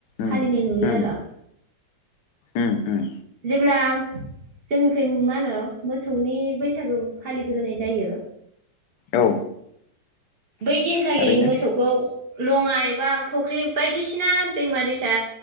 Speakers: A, on the left; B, on the right.
A: उम
B: फालिनाय
A: उम
B: नुयो आरो।
A: उम उम
B: जेब्ला जोंनिखै मा नो मोसौनि बैसागो फालिग्रोनाय जायो।
A: औ
B: बै दिनखालि
A: थारैनो
B: मोसौखौ लंङा एबा फुख्रि बायदिसिना दैमा दैसा